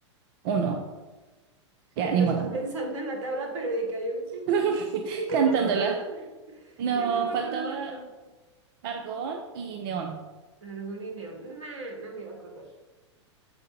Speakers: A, on the right; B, on the right.
A: uno.
B: Yo
A: Ya, ni
B: pens-
A: modo.
B: pensando en la tabla periódica, yo <laughs>
A: <laughs>
B: yo
A: Cantándola.
B: no me acuerdo, de-
A: No,
B: ya no me
A: faltaba
B: acuerdo de otro.
A: argón y neón.
B: Argón y neón. Nah, no me iba a acordar.